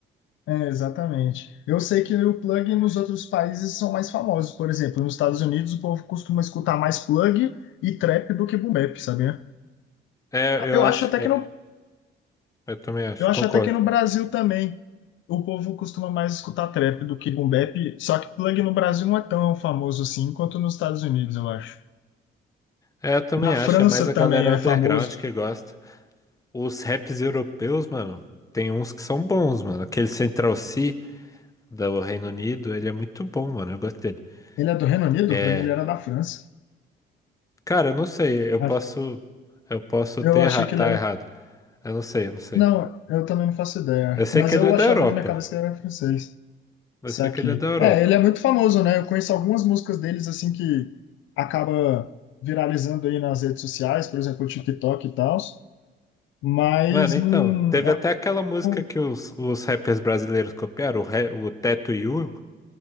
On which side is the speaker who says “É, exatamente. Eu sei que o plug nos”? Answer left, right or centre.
Left